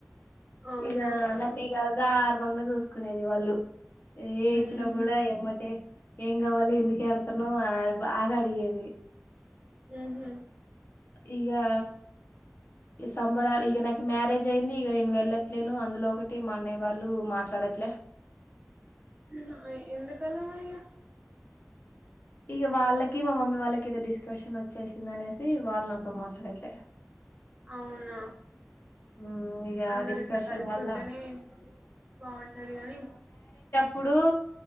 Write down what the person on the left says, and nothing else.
ఇగ నన్ను ఇక గర్ పండుచూసుకునేది వాళ్ళు ఏడ్చిన
కూడా ఏమ్మటే ఎం గావాలి ఎందుకుఎడుతూన్నవు బాగా అడిగేది
ఇగా ఈ సంబరాలు ఇక నాకు మ్యారేజ్ అయింది ఇగ నేను వెళ్ళ ట్లెను అందులో ఒకటి మా అన్నయ వాళ్ళు మాట్లాడట్లే
ఇగ వాళ్ళకి మా మమ్మీ వాళ్ళకి ఏదో డిస్కషన్ వచ్చేసింది అనేసి వాళ్ళు నాతో మాట్లాడట్లే
ఉమ్ ఇగ
ఆ డిస్కషన్
వల్ల
ఇప్పుడు